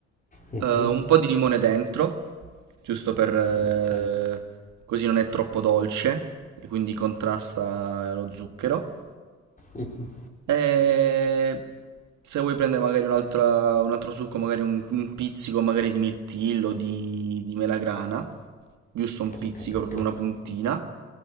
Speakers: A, on the left; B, on the right.
A: mhm,
B: Eh, un po' di limone dentro, giusto per, eh,
A: ok,
B: così non è troppo dolce e quindi contrasta lo zucchero.
A: Mm,
B: E se vuoi prendere magari un'altra- un altro succo, magari un, un pizzico magari di mirtillo, di, di melagrana, giusto un
A: ho
B: pizzico,
A: capito.
B: proprio una puntina,